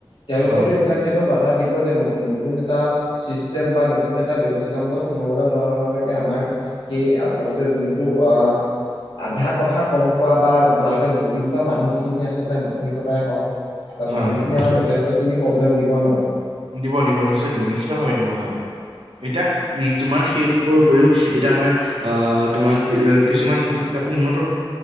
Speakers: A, on the left; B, on the right.
A: তেওঁলোকেতো
B: হয়, হয়,
A: এইবিলাক ক্ষেত্ৰত বাধা দিব যে ন নতুন এটা চিষ্টেম বা নতুন এটা ব্যৱস্থামূলত সোমাবলৈ গাৱঁৰ লেকে আমাৰ সেই আচলতে যোনটো অ আধা কথা গম পোৱা বা ভাল কে বুজি পোনোৱা মানুহখিনি আচলতে মানসিকতাই হওক বা
B: হয়,
A: মানুহখিনি
B: হয়।
A: আমাক যথেষ্টখিনি প্ৰব্লেম দিব ন
B: দিব দিব নিশ্চয় দিব নিশ্চিত ভাৱে দিব হয় এতিয়া উম, তোমাৰ সেই বুকৰ উপৰিও এতিয়া আমাৰ আহ, তোমাৰ কি কিছুমান এহ উন্নতৰ